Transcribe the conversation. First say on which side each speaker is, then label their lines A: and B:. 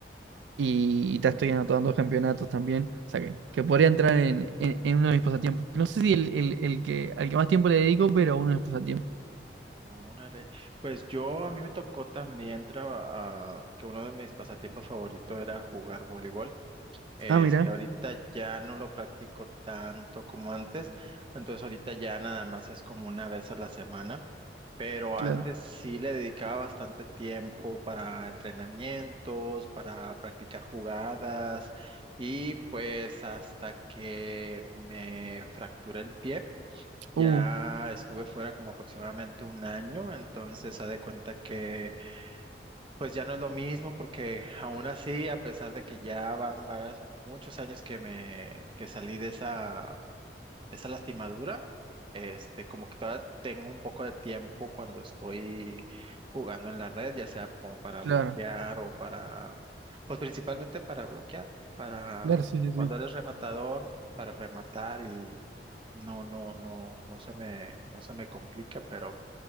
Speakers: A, on the right; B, on the right.
A: y ya estoy anotando campeonatos también. O sea que, que podría entrar en, en- en uno de mis pasatiempos. No sé si el, el- el que, al que más tiempo le dedico, pero uno de mis pasatiempos.
B: Órale, pues yo a mí me tocó también traba- ah, que uno de mis pasatiempos favoritos era jugar voleibol. Este,
A: Ah, mira,
B: ahorita ya no lo practico tanto como antes, entonces ahorita ya nada más es como una vez a la semana, pero
A: claro.
B: antes sí le dedicaba bastante tiempo para entrenamientos, para practicar jugadas y pues hasta que me fracturé el pie, ya
A: Uh,
B: estuve fuera como aproximadamente un año, entonces haz de cuenta que pues ya no es lo mismo porque aún así, a pesar de que ya van varios, muchos años que me que salí de esa, esa lastimadura, este, como que todavía tengo un poco de tiempo cuando estoy jugando en la red, ya sea como para
A: claro,
B: bloquear o para, pues principalmente para bloquear, para
A: claro, sí, sí,
B: cuando
A: sí.
B: eres rematador, para rematar y no, no, no, no se me, no se me complica, pero